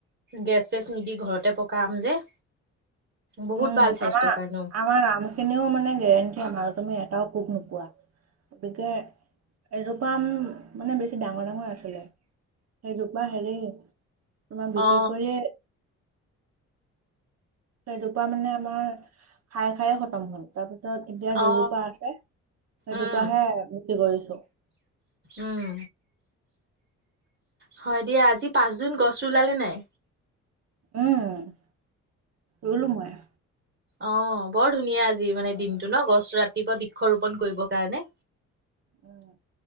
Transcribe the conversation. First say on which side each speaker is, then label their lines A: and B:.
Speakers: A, on the right (about 35°); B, on the right (about 55°).
A: গেছ চেছ নিদি ঘৰতে পকা আম যে। বহুত
B: উম,
A: ভাল স্বাস্থ্যৰ
B: আমাৰ
A: কাৰণেও।
B: - আমাৰ আম খিনিও মানে গেৰেণ্টি আম আৰু। তুমি এটাও পোক নোপোৱা। গতিকে এজোপা আম মানে বেছি ডাঙৰ ডাঙৰ আছিলে, সেইজোপা হেৰি তোমাৰ বিক্ৰী
A: অ
B: কৰিয়ে সেইজোপা মানে আমাৰ খাই খায়ে খতম হ'ল। তাৰ পিছ ছত এতিয়া
A: অ
B: যিজোপা আছে, সেইজোপাহে
A: উম
B: বিক্ৰী কৰিছো।
A: উম হয় দিয়া আজি পাঁচজুন। গছ ৰুলালে নাই?
B: উম, ৰুলো মই।
A: অ', বৰ ধুনীয়া আজি মানে দিনটো ন? গছ - ৰাতিপুৱা বিক্ষ ৰোপন কৰিব কাৰণে।
B: উম।